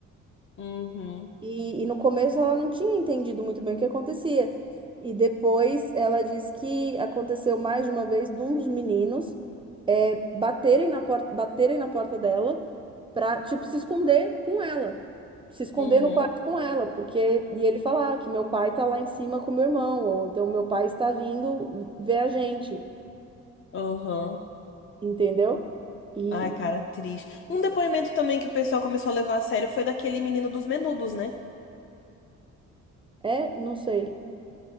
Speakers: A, on the left; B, on the right.
A: uhum,
B: E, e no começo ela não tinha entendido muito bem o que acontecia. E depois ela disse que aconteceu mais de uma vez de um dos meninos é, baterem na porta, baterem na porta dela para, tipo, se esconder com ela. Se esconder
A: uhum,
B: no quarto com ela, porque. E ele falar que meu pai tá lá em cima com meu irmão, ou então meu pai está vindo ver a gente.
A: aham.
B: entendeu? E
A: Ai, cara, triste. Um depoimento também que o pessoal começou a levar a sério foi daquele menino dos Menudos, né?
B: é, não sei.